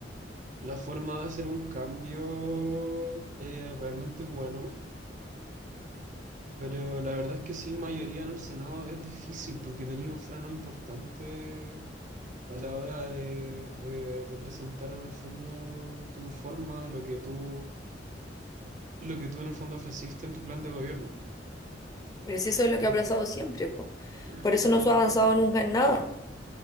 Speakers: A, on the right (about 45°); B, on the left (about 20°).
A: la forma de hacer un cambio eh, realmente bueno, Pero la verdad es que sin mayoría en el Senado es difícil porque tenía un freno importante a la hora de, de- de presentar en el fondo tu forma, lo que tú, lo que tú en el fondo ofreciste en tu plan de gobierno.
B: Pero si eso es lo
A: Eh,
B: que ha pasado siempre, po.
A: <clears throat>
B: Por eso no se ha avanzado nunca en nada.